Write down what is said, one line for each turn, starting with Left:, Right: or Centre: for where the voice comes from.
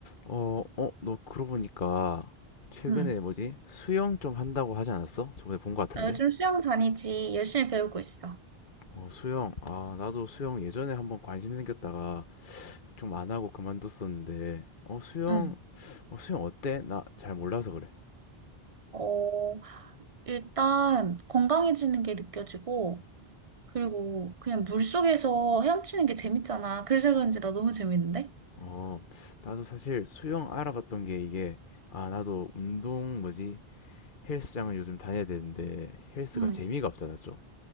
Left: 어, 어, 너 그러고 보니까 최근에
Right: 응.
Left: 뭐지? 수영 좀 한다고 하지 않았어? 저번에 본 거 같은데?
Right: 나 요즘 수영 다니지. 열심히 배우고 있어.
Left: 어, 수영. 아, 나도 수영 예전에 한번 관심 생겼다가 좀 안 하고 그만뒀었는데, 어, 수영,
Right: 응.
Left: 어, 수영 어때? 나 잘 몰라서 그래.
Right: 어, 일단 건강해지는 게 느껴지고, 그리고 그냥 물속에서 헤엄치는 게 재밌잖아. 그래서 그런지 나 너무 재밌는데?
Left: 어, 나도 사실 수영 알아봤던 게 이게, 아, 나도 운동 뭐지? 헬스장을 요즘 다녀야 되는데, 헬스가
Right: 응.
Left: 재미가 없잖아, 좀.